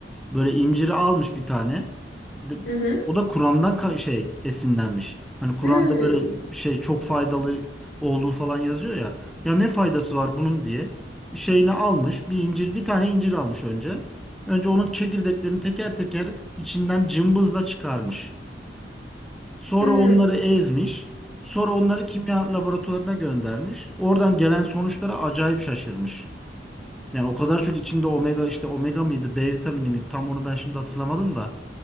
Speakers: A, in the centre; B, on the left.
A: Böyle inciri almış bir tane. De-
B: Hı hı.
A: O da Kur'an'dan ka- şey esinlenmiş. Hani Kur'an'da
B: Hmm,
A: böyle şey çok faydalı olduğu falan yazıyor ya. Ya ne faydası var bunun diye. Şeyini almış. Bir incir, bir tane incir almış önce. Önce onun çekirdeklerini teker teker içinden cımbızla çıkarmış. Sonra
B: hmm.
A: onları ezmiş. Sonra onları kimya laboratuvarına göndermiş. Oradan gelen sonuçlara acayip şaşırmış. Yani o kadar çok içinde omega işte omega mıydı, B vitamini mi tam onu ben şimdi hatırlamadım da.